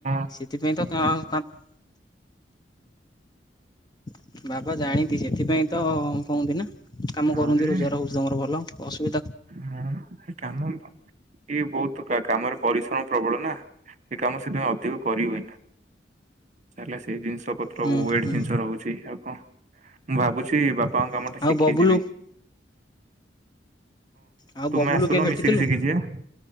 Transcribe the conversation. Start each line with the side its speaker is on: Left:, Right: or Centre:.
Right: <unintelligible>
Left: <inaudible> <inaudible> କାମ କରନ୍ତି, ରୋଜଗାର
Right: ହଁ
Left: ହଉଚି
Right: ଯେ
Left: ତମର ଭଲ। ଅସୁବି
Right: ହଁ କାମ ଇଏ ବଉତ୍ କାମରେ ପରିଶ୍ରମ ପ୍ରବଳ ନା, ଏ କାମ ସେଥିପାଇଁ ଅଧିକ କରିହୁଏ। <inaudible>
Left: ହୁଁ ହୁଁ <inaudible>
Right: ଶିଖିଯିବି
Left: ଆଉ
Right: ତୁମେ
Left: ବବୁଲୁ
Right: ଆସୁନ,
Left: କେବେ ଭେଟିଥିଲୁ
Right: ମିଶିକି ଶିଖିଯିବା।